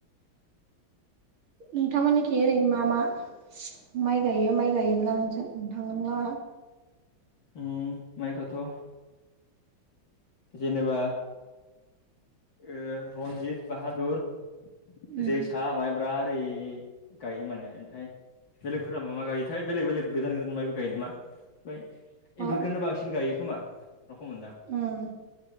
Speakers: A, on the right (about 80°); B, on the left (about 65°).
A: नोंथांमोननिखे ओरै मा मा माइ गायो माइ गायोब्ला नोंसोर नोंथांला
B: उम माइखौथ' जेनेबा ओ रन्जित बाहादुर
A: उम
B: जोसा माइब्रा ओरै गायो माने ओमफाय बेलेगफोरा मा मा गायो था फाय बेलेग बेलेग गोदान गोदान माइबो गायो नामा फाय
A: अ
B: एफोरखोनो बांसिन गायो खोमा रखम मोनदां
A: उम